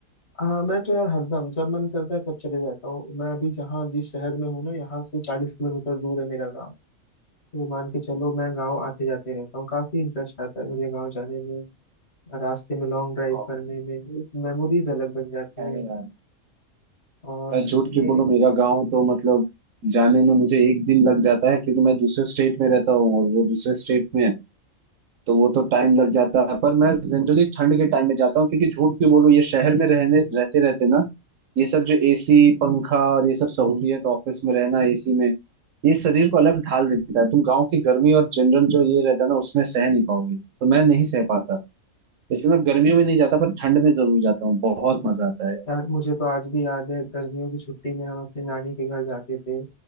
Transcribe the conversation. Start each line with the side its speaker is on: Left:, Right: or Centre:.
Left: हाँ मैं तो यार हरदम जब मन करता है तब चले जाता हूँ मैं अभी जहाँ जिस शहर में हूँ ना यहाँ से चालीस किलोमीटर दूर है मेरा गाँव तो मान के चलो मैं गाँव आते जाते रहता हूँ काफी इंटरेस्ट आता है मुझे गाँव जाने में रास्ते में लॉन्ग ड्राइव
Right: में
Left: करने में एक मेमोरीज अलग बन जाती
Right: है
Left: हैं
Right: ही यार
Left: और
Right: मैं झूठ क्यों
Left: ये
Right: बोलूं मेरा गांव तो मतलब जाने में मुझे एक दिन लग जाता है क्योंकि मैं दूसरे स्टेट में रहता हूँ और वो दूसरे स्टेट में है तो वो तो टाइम लग जाता है पर मैं जनरली ठंड के टाइम में जाता हूँ क्योंकि झूठ क्यों बोलूं ये शहर में रहने रहते रहते ना ये सब जो एसी पंखा और ये सब सहूलियत ऑफिस में रहना एसी में ये शरीर को अलग ढाल देता है तुम गांव की गर्मी और जनरल जो ये रहता है ना उसमें सह नहीं पाओगे तो मैं नहीं सह पाता इसलिए मैं गर्मियों में नहीं जाता पर ठंड में जरूर जाता हूँ बहुत मजा आता है
Left: यार मुझे तो आज भी याद है गर्मियों की छुट्टी में हम अपने नानी के घर जाते थे